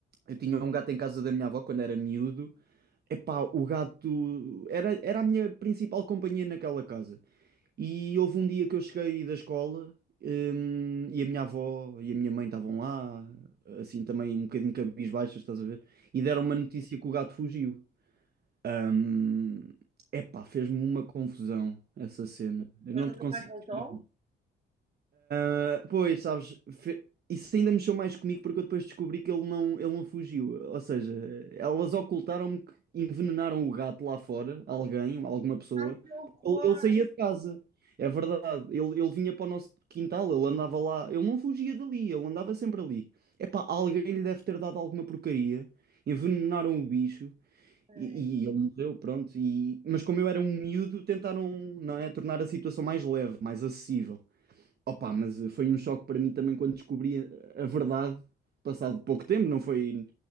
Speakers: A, on the right (about 50°); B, on the right (about 35°).
A: eu tinha um gato em casa da minha avó quando era miúdo. Epá, o gato era, era a minha principal companhia naquela casa. E houve um dia que eu cheguei da escola, hum, e a minha avó e a minha mãe estavam lá, assim também um bocadinho cabisbaixas, estás a ver? E deram uma notícia que o gato fugiu. Hum, epá, fez-me uma confusão essa cena. Eu
B: Mas
A: não
B: nunca
A: te consigo
B: mais voltou?
A: descrever. Ah, Pois, sabes, fe- isso ainda mexeu mais comigo porque eu depois descobri que ele não, ele não fugiu. Ou seja, elas ocultaram-me que envenenaram o gato lá fora, alguém, alguma pessoa.
B: Ai, que horror!
A: Ele, ele saía de casa, é verdade. Ele, ele vinha para o nosso quintal, ele andava lá, ele não fugia dali, ele andava sempre ali. Epá, alguém lhe deve ter dado alguma porcaria, envenenaram o bicho
B: Ai,
A: e, e ele morreu, pronto. E, mas como eu era um miúdo, tentaram, não é, tornar a situação mais leve, mais acessível. Opa, mas foi um choque para mim também quando descobri a a verdade, passado pouco tempo, não foi,